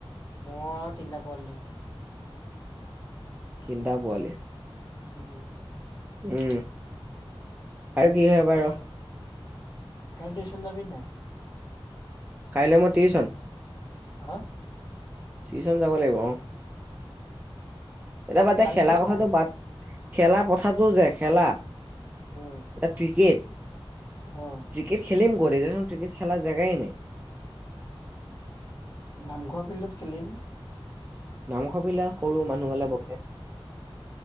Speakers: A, on the left; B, on the right.
A: মোৰ আৰু তিনিটা পোৱালি
B: তিনিটা পোৱালি?
A: উমহম!
B: উম আৰু কি হয় বাৰু?
A: কালি টউচন জাবি নে‌ নাই?
B: কাইলৈ মই টিউচন?
A: হা?
B: টিউচন‌ যাব লাগিব অ'। এতিয়া বাদ দে,
A: কালি
B: খেলা
A: কি
B: কথাটো
A: পঢ়ালে
B: বাদ? খেলা কথাটো যে, খেলা।
A: উম
B: ক্ৰিকেট,
A: অ
B: ক্ৰিকেট খেলিম অক ক্ৰিকেট খেলাৰ জেগাই নাই।
A: নামঘৰ ফিল্ডত খেলিম!
B: মাংস বিলাক সৰু মানুহ খালে বকে।